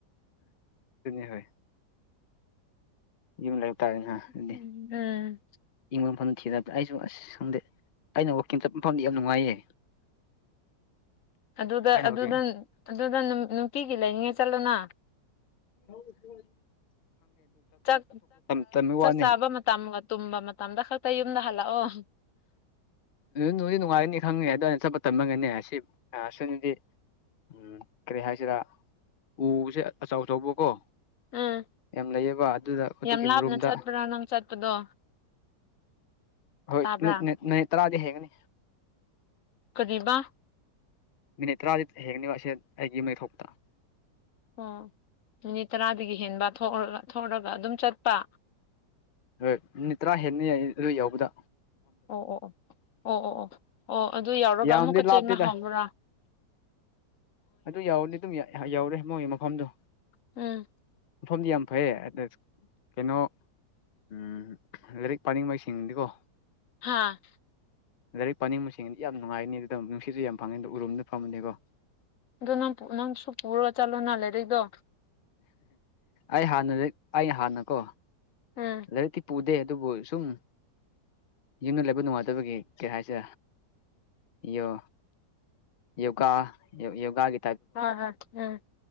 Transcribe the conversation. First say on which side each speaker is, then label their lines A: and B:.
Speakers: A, on the left; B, on the left.
A: ꯍ ꯌꯨꯝ ꯂꯩꯕ ꯇꯥꯔꯦ ꯑꯗꯨꯗꯤ
B: ꯎꯝ
A: ꯏꯪꯕꯐꯝ ꯈꯤꯗ ꯑꯩꯁꯨ ꯑꯁ ꯈꯪꯗꯦ ꯑꯩꯅ ꯋꯥꯛꯀꯤꯡ ꯆꯠꯄ ꯐꯐꯝꯗꯤ ꯌꯥꯝ ꯅꯨꯡꯉꯥꯏꯌꯦ
B: ꯑꯗꯨꯗ
A: ꯑꯩꯅ
B: ꯑꯗꯨꯗ
A: ꯋꯥꯛꯀꯤꯡ
B: ꯑꯗꯨꯗ ꯅꯨꯅꯨꯡꯄꯤꯤꯒꯤ ꯂꯩꯅꯤꯡꯉ ꯆꯠꯂꯨꯅ
A: ꯍ ꯍ
B: ꯆꯥꯛ
A: ꯇꯟꯕꯩ ꯋꯥꯅꯤ
B: ꯆꯥꯕ ꯃꯇꯝ ꯇꯨꯝꯕ ꯇꯝꯗ ꯁ ꯇ ꯌꯨꯝꯗ ꯍꯥꯜꯂ ꯑꯣ
A: ꯅꯣꯡꯗꯤ ꯅꯨꯡꯉꯥꯏꯒꯅꯤ ꯈꯪꯉꯦ ꯑꯗꯨ ꯑꯩꯅ ꯆꯠꯄ ꯇꯝꯃꯒꯅꯦ ꯁꯤ ꯁꯅꯤꯗꯤ ꯎꯝ ꯀꯔꯤ ꯍꯥꯏꯁꯤꯔ ꯎꯁꯦ ꯑꯆꯧ ꯑꯆꯧꯕꯀꯣ
B: ꯎꯝ
A: ꯌꯥꯝ ꯂꯩꯌꯦꯕ ꯑꯗꯨꯗ ꯑꯗꯨꯒꯤ
B: ꯌꯥꯝ ꯂꯥꯞꯅ
A: ꯃꯔꯨꯝꯗ
B: ꯆꯠꯄ꯭ꯔꯥ ꯅꯪ ꯆꯠꯄꯗꯣ
A: ꯍꯣꯏ
B: ꯇꯥꯕ꯭ꯔꯥ
A: ꯅ ꯇꯔꯥꯗꯤ ꯍꯩꯒꯅꯤ
B: ꯀꯗꯤꯕ
A: ꯃꯤꯅꯤꯠ ꯇꯔꯥꯗꯤ ꯍꯦꯛꯅꯦꯕ ꯑꯁꯤꯁ ꯑꯩꯒꯤ ꯃꯩ ꯊꯣꯛꯣꯛꯇ
B: ꯑꯣ ꯃꯤꯅꯤꯠ ꯇꯔꯥꯗꯒꯤ ꯍꯦꯟꯕ ꯊꯣꯛꯔꯒ ꯑꯗꯨꯝ ꯆꯠꯄ
A: ꯍꯣꯏ ꯅꯨꯠ ꯇꯔꯥ ꯍꯦꯟꯅ ꯑꯗꯨ ꯌꯥꯎꯕꯗ
B: ꯑꯣ ꯑꯣ ꯑꯣ ꯑꯣ ꯑꯣ ꯑꯣ ꯑꯣ ꯑꯗꯨ ꯌꯥꯎꯔꯒ
A: ꯌꯥꯝꯗꯤ
B: ꯑꯃꯨꯛꯀꯆꯦꯟꯅ
A: ꯂꯥꯞꯇꯦꯗ
B: ꯍꯥꯎꯕ꯭ꯔꯥ
A: ꯑꯗꯨ ꯌꯥꯎꯔꯅꯤ ꯑꯗꯨꯝ ꯌꯥꯎꯔꯦ ꯃꯣꯏꯒꯤ ꯃꯐꯝꯗꯣ
B: ꯎꯝ
A: ꯃꯐꯝꯗꯤ ꯌꯥꯝ ꯐꯩꯌꯦ ꯑꯗꯨꯗ ꯀꯩꯅꯣ ꯎ ꯂꯥꯏꯔꯤꯛ ꯄꯥꯅꯤꯡꯕꯩꯁꯤꯡꯗꯤꯀꯣ
B: ꯍꯥꯥ
A: ꯂꯥꯏꯔꯤꯛ ꯄꯥꯅꯤꯡꯕ ꯃꯁꯤꯡꯗꯤ ꯌꯥꯝ ꯅꯨꯡꯉꯥꯏꯅꯤ ꯑꯗꯨꯗ ꯅꯨꯡꯁꯤꯠꯁꯨ ꯌꯥꯝ ꯐꯪꯉꯅꯤꯗꯣ ꯎꯔꯨꯝꯗ ꯐꯝꯃꯅꯤꯀꯣ
B: ꯑꯗꯨꯣ ꯅꯪ ꯅꯪꯁꯨ ꯄꯨꯔꯑꯣ ꯆꯠꯂꯣꯅ ꯂꯩꯦꯔꯗꯣ
A: ꯑꯩ ꯍꯥꯟꯅ ꯑꯩ ꯍꯥꯟꯅꯀꯣ
B: ꯍꯣꯏ
A: ꯂꯔꯤꯛꯇꯤ ꯄꯨꯗꯦ ꯣ ꯁꯨꯝ ꯌꯨꯝꯗ ꯂꯩꯕ ꯅꯨꯡꯉꯥꯏꯇꯕꯒꯤ ꯀꯩ ꯍꯥꯏꯁꯦ ꯌꯦꯣ ꯌꯣꯒꯥ ꯌ ꯌꯣꯒꯥꯒꯤ
B: ꯍ ꯍ ꯎꯝ